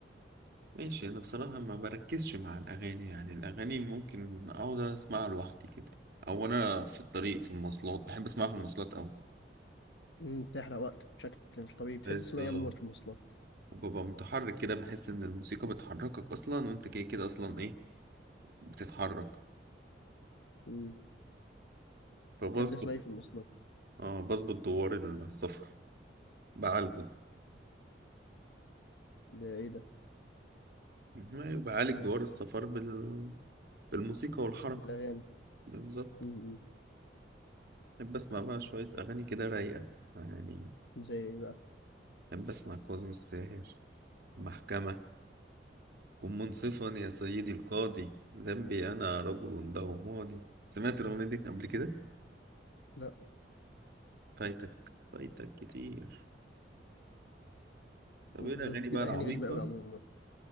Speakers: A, on the right (about 60°); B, on the left (about 80°).
A: ماشي أنا بصراحة ما بركزش مع الأغاني يعني الأغاني ممكن أقعد أسمعها لوحدي كده أو أنا في الطريق في المواصلات بحب أسمعها في المواصلات أوي
B: مم، بتحرق وقت بشكل مش طبيعي بتحب
A: بالظبط
B: تسمع ايه عموما في المواصلات
A: وببقى متحرك كده بحس إن الموسيقى بتحركك أصلا وأنت كده كده أصلا إيه بتتحرك
B: مم،
A: فبظبط
B: بتحب تسمع ايه في المواصلات
A: آه بظبط دوار السفر بعالجه
B: ده ايه ده
A: ما بعالج دوار السفر بال... بالموسيقى والحركة
B: الاغاني
A: بالظبط
B: مم،
A: بحب أسمع بقى شوية أغاني كده رايقة يعني
B: مم، زي ايه بقى
A: أحب أسمع كاظم الساهر محكمة كن منصفا يا سيدي القاضي ذنبي أنا رجل له ماضي سمعت الأغنية دي قبل كده؟
B: لا
A: فايتك فايتك كتير طب
B: انت
A: إيه الأغاني
B: بتجيب
A: بقى
B: اغاني
A: العميقة؟
B: غريبه قوي عموما